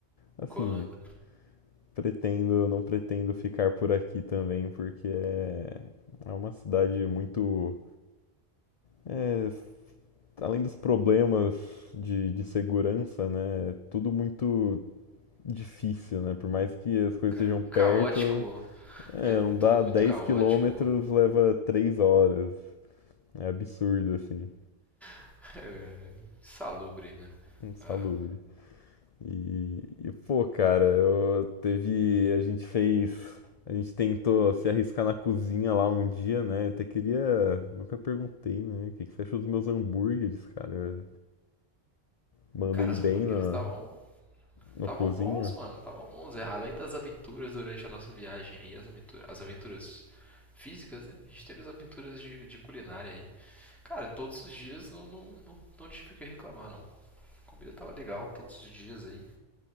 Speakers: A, on the left (about 45°); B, in the centre.
A: Assim,
B: Quando,
A: pretendo, não pretendo ficar por aqui também, porque é, é uma cidade muito, é, além dos problemas de, de segurança, né? é Tudo muito difícil, né? Por mais que as coisas
B: cara,
A: estejam perto,
B: caótico,
A: é,
B: é,
A: andar
B: é tudo muito
A: 10
B: caótico,
A: quilômetros leva 3 horas. É absurdo, assim.
B: <laughs> é, é, salubre, né?
A: Insalubre.
B: Ah,
A: E, e, pô, cara, eu teve, a gente fez, a gente tentou se arriscar na cozinha lá um dia, né? Eu até queria, nunca perguntei, né? O que que você achou dos meus hambúrgueres, cara? Eu mandei
B: cara, os
A: bem
B: hambúrgueres
A: na,
B: estavam Estavam
A: no cozinho.
B: bons, mano. Estavam bons. É, Além das aventuras durante a nossa viagem aí, as aventuras, as aventuras físicas, né? A gente teve as aventuras de, de culinária aí. Cara, todos os dias não, não, não, não tive o que reclamar, não. A comida tava legal todos os dias aí.